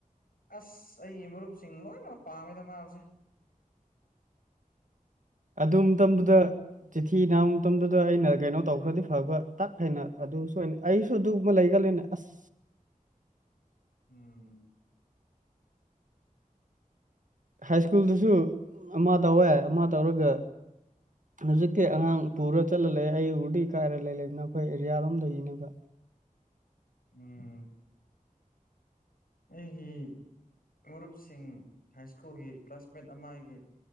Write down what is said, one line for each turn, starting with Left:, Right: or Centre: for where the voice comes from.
Left: ꯑꯁ ꯑꯩ ꯃꯔꯨꯞꯁꯤꯡ ꯂꯣꯏꯅꯃꯛ ꯄꯥꯝꯃꯦꯗ ꯃꯥꯁꯦ
Right: ꯑꯗꯨ ꯃꯇꯝꯗꯨꯗ ꯆꯤꯊꯤ ꯅꯥꯕ ꯃꯇꯝꯗꯨꯗ ꯑꯩꯅ ꯀꯩꯅꯣ ꯇꯧꯈ꯭ꯔꯗꯤ ꯐꯕ ꯇꯥꯛ ꯍꯥꯏꯅ ꯑꯗꯨꯁꯨ ꯑꯩꯁꯨ ꯑꯗꯨꯒꯕ ꯂꯩ ꯆꯂꯅ ꯑꯁ
Left: ꯎꯝ
Right: ꯍꯥꯏ ꯁ꯭ꯀꯨꯜꯗꯨꯁꯨ ꯑꯃ ꯇꯧꯋꯦ ꯑꯃ ꯇꯧꯔꯒ ꯍꯧꯖꯤꯛꯇꯤ ꯑꯉꯥꯡ ꯄꯨꯔ ꯆꯠꯂ ꯂꯩ ꯑꯩ ꯎꯔꯗꯤ ꯀꯥꯏꯔ ꯂꯩꯕꯅ ꯑꯩꯈꯣꯏ ꯑꯦꯔꯤꯌꯥꯔꯣꯝꯗꯒꯤꯅꯦꯕ
Left: ꯎꯝ ꯑꯩꯒꯤ ꯃꯔꯨꯞꯁꯤꯡ ꯍꯥꯏ ꯁ꯭ꯀꯨꯜꯒꯤ ꯀ꯭ꯂꯥꯁꯃꯦꯠ ꯑꯃ ꯑꯩꯒꯤ